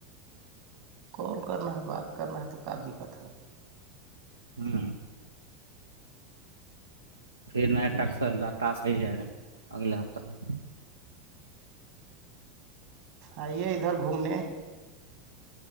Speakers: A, on the right; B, on the right.
A: کال کرنا ہے بات کرنا ہے تو کیا دقت ہے
B: ہاں پھر ن ٹکس ٹاس ہی جائے گا اگلے ہفتتے میں
A: آئیے ادھر گھومنے